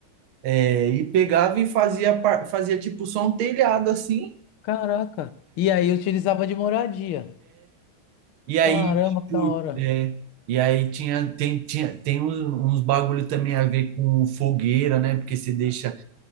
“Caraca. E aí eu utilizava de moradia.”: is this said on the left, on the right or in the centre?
Left